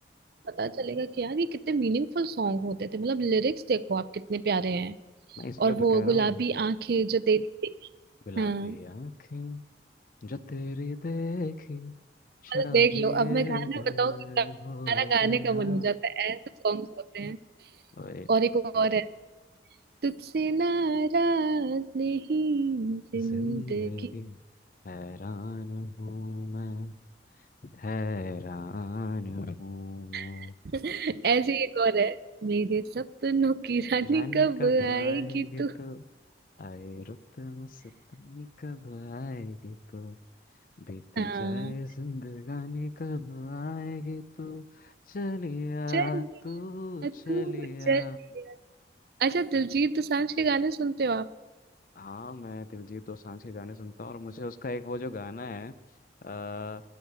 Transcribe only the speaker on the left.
मैं इसलिए
तो
कह रहा
हूँ
गुलाबी
आंखें जो तेरी देखी शराबी
ये
दिल
हो
गया
ओए
जिंदगी हैरान हूँ मैं हैरान हूँ
मैं
रानी
कब
आएगी
तू आए रुत मुस्तानी कब आएगी तो बीती
जाए जिंदगानी कब आएगी तो चलिया
तू
चलिया
हाँ मैं दिलजीत दोसांझ के गाने सुनता हूँ और मुझे उसका एक वो जो गाना है आ,